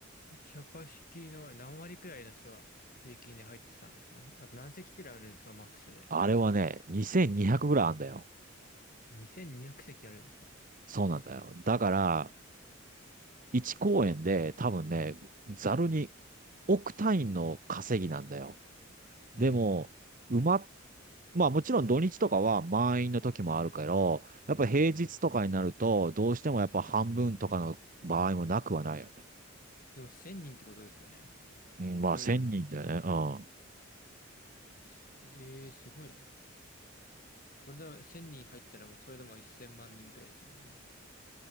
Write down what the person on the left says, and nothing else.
キャパシティの何割くらいの人は平均で入ってたんですかあと何席くらいあるんですかマックスで。
2200席あるんですか
うん。
でも1000人ってことですよね。
それでも、
すええー、すごいね。それで1000人入ったらもうそれでも1000万人くらいですもんね。